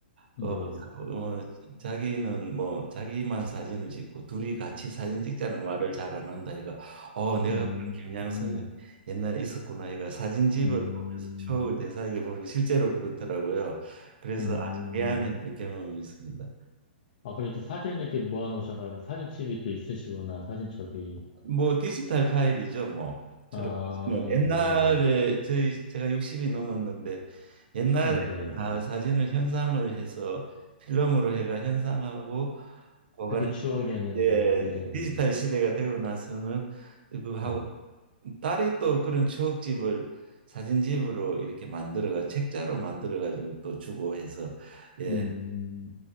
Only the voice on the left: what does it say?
네.
음,
음,
음,
음.
아, 그래도 사진 이렇게 모아놓으셔가지고 사진첩이 또 있으시구나, 사진첩이.
아,
네네.
아, 네.
그게 추억이었는데요,
예전에는.
네.
음,